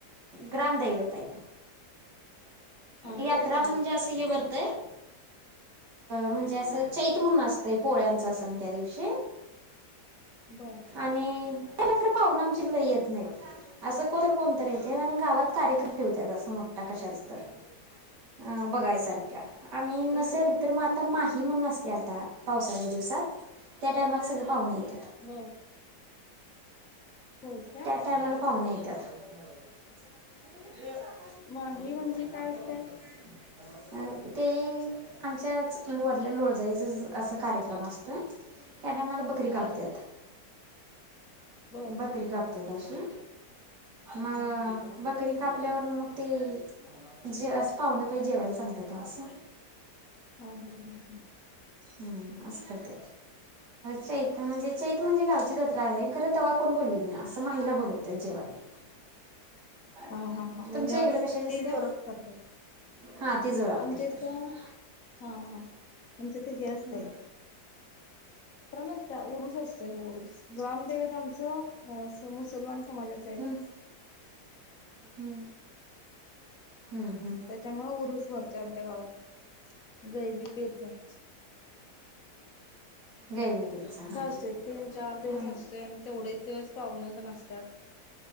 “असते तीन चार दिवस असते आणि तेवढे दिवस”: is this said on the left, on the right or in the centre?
Left